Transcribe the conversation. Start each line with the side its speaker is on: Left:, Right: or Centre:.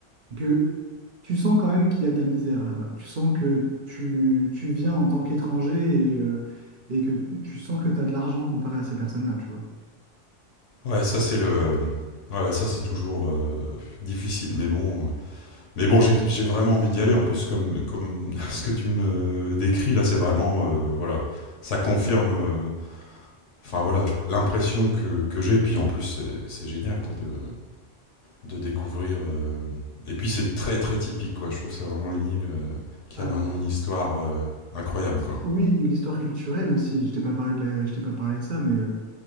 Right: que tu sens quand même qu'il y a de la misère là-bas. Tu sens que tu, tu viens en tant qu'étranger et, euh, et que tu sens que tu as de l'argent comparé à ces personnes-là, tu vois.
Left: Ouais, ça c'est le, ouais, ça c'est toujours euh, difficile, mais bon, euh, mais bon, j'ai j'ai vraiment envie d'y aller. En plus, comme comme <laughs> ce que tu me décris là, c'est vraiment, euh, voilà, ça confirme, euh, enfin voilà, l'impression que que j'ai. Et puis en plus, c'est c'est génial quoi de de découvrir. euh, Et puis c'est très très typique quoi. Je trouve que c'est vraiment une île euh, qui
Right: Ah,
Left: a vraiment une histoire euh, incroyable quoi.
Right: oui, l'histoire culturelle aussi. Je t'ai pas parlé de la- je t'ai pas parlé de ça, mais euh,